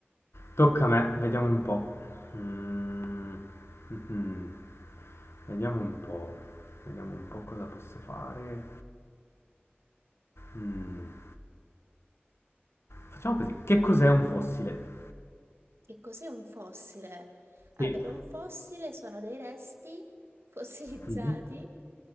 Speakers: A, on the left; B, on the right.
A: Tocca a me, vediamo un po'. Mm, mhm. Vediamo un po', vediamo un po' cosa posso fare. Mm, Facciamo così, che cos'è un fossile?
B: Che cos'è un fossile? Allora,
A: Sì.
B: un fossile sono dei resti <laughs> fossilizzati,
A: Mhm.